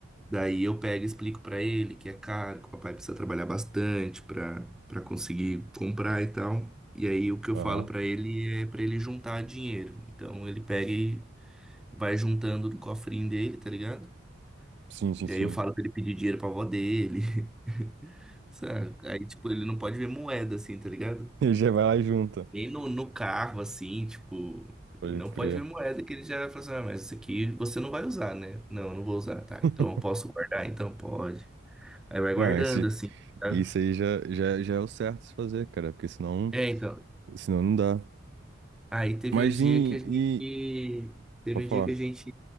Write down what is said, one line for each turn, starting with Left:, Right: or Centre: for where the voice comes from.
Centre: Daí eu pego e explico pra ele que é caro, que o papai precisa trabalhar bastante pra para conseguir comprar e tal. E aí o que eu
Right: Aham.
Centre: falo pra ele é pra ele juntar dinheiro. Então ele pega e vai juntando no cofrinho dele, tá ligado?
Right: Sim, sim,
Centre: E
Right: sim.
Centre: aí eu falo pra ele pedir dinheiro pra avó dele. <laughs> Sabe? Aí, tipo, ele não pode ver moeda, assim, tá ligado?
Right: <laughs> Ele já vai lá e junta.
Centre: Nem no, no carro, assim, tipo,
Right: Pode
Centre: não
Right: crer.
Centre: pode ver moeda que ele já fala assim, ah, mas isso aqui você não vai usar, né? Não, eu não vou usar, tá?
Right: <laughs>
Centre: Então eu posso guardar, então pode. Aí vai guardando,
Right: Não, esse,
Centre: assim, sabe?
Right: isso aí já, já, já é o certo se fazer, cara, porque senão,
Centre: É, então.
Right: senão não dá.
Centre: Aí teve
Right: Mas
Centre: um dia
Right: e, e...
Centre: que a gente. Teve
Right: Pode
Centre: um
Right: falar.
Centre: dia que a gente.